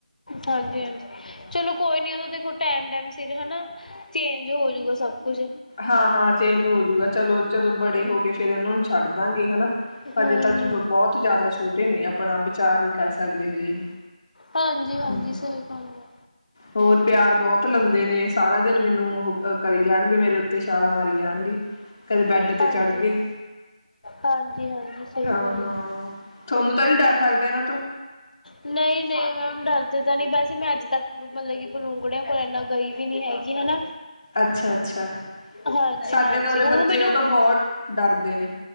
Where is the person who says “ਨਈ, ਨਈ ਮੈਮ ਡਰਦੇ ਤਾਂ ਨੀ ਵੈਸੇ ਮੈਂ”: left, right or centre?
Left